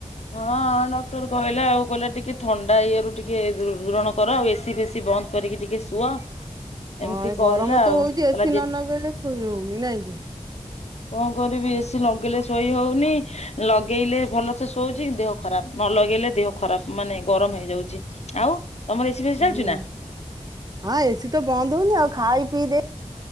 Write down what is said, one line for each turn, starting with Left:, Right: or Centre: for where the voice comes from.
Left: ହଁ ଡକ୍ଟର କହିଲେ ଆଉ କହିଲେ ଟିକେ ଥଣ୍ଡା ଇଏରୁ ଟିକେ ଦୂ-ଦୂରଣ କର ଆଉ ଏସିି ଫେସିି ବନ୍ଦ କରିକି ଟିକେ ଶୁଅ।
Right: ହଁ
Left: ଏମିତି
Right: ଏ
Left: କହିଲା
Right: ଗରମ ତ
Left: ଆଉ
Right: ହୋଉଚି ଏସି
Left: କହିଲା ଯେ
Right: ନଗେଇଲେ ଶୋଇ ହୋଉନି ନାଁ କି।
Left: କଣ କରିବି ଏସି ଲଗେଇଲେ ଶୋଇ ହଉନି ଲଗେଇଲେ ଭଲ ସେ ଶୋଉଛି ଦେହ ଖରାପ ନ ଲଗେଇଲେ ଦେହ ଖରାପ ମାନେ ଗରମ ହେଇଯାଉଛି ଆଉ ତମର ଏସି ଫେସି ଚାଲୁଛି
Right: ହୁଁ
Left: ନା?
Right: ହଁ ଏସି ତ ବନ୍ଦ ହୋଉଚି ଆଉ। ଖାଇ ପିଇ ଦେ